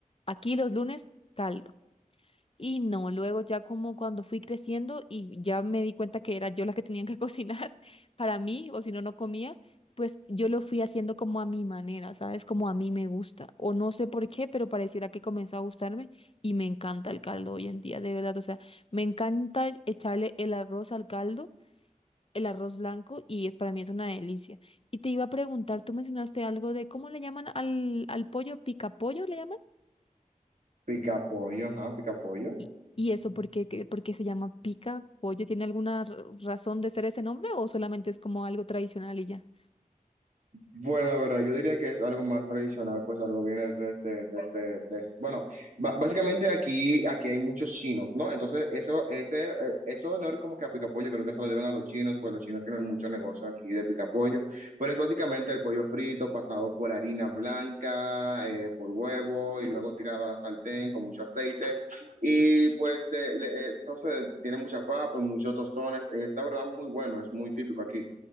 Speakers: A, on the left; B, on the right.
A: aquí los lunes caldo. Y no, luego ya como cuando fui creciendo y ya me di cuenta que era yo la que tenía que <laughs> cocinar para mí, o si no, no comía, pues yo lo fui haciendo como a mi manera, ¿sabes? Como a mí me gusta. O no sé por qué, pero pareciera que comenzó a gustarme y me encanta el caldo hoy en día, de verdad. O sea, me encanta echarle el arroz al caldo, el arroz blanco, y es- para mí es una delicia. Y te iba a preguntar, tú mencionaste algo de cómo le llaman al, al pollo, picapollo, ¿le llaman?
B: Pica pollo, ajá, pica pollo.
A: ¿Y, y eso por qué, qué- por qué se llama pica pollo? ¿Tiene alguna r- razón de ser ese nombre o solamente es como algo tradicional y ya?
B: Bueno, la verdad, yo diría que es algo más tradicional, pues algo viene de este, de este, de este- Bueno, ba- básicamente aquí, aquí hay muchos chinos, ¿no? Entonces, eso, ese, eh, eso no es como que a picapollo, creo que eso lo deben a los chinos, pues los chinos tienen mucho negocio aquí de picapollo, pero es básicamente el pollo frito pasado por harina blanca, eh, por huevo y luego tirado a la sartén con mucho aceite. Y pues de- le- eso se, tiene mucha papa, muchos tostones, es la verdad muy bueno, es muy típico aquí.